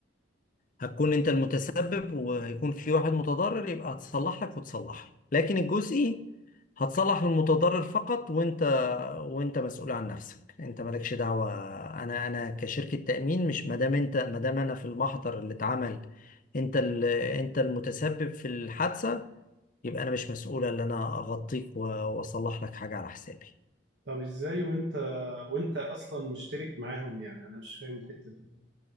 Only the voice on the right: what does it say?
طب ازاي وانت وانت اصلا مشترك معاهم يعني انا مش فاهم الحتة دي